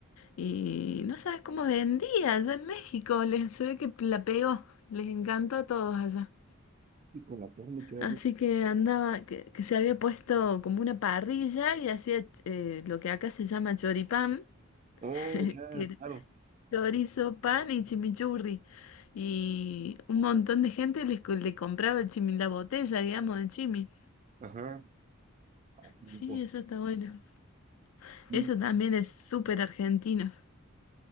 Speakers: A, on the left (about 75°); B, on the right (about 35°).
A: y no sabes cómo vendía allá en México. Les, se ve que la pegó. Les encantó a todos allá.
B: Y con la carne que hay.
A: Así que andaba, que, que se había puesto como una parrilla y hacía eh, lo que acá se llama choripán.
B: Oh,
A: <laughs>
B: ya,
A: que era-
B: claro.
A: chorizo, pan y chimichurri. Y un montón de gente les co- le compraba el chimi, la botella, digamos, de chimi.
B: Ajá. Ah, qué
A: Sí,
B: rico.
A: eso está bueno.
B: Sí,
A: Eso también es súper argentino,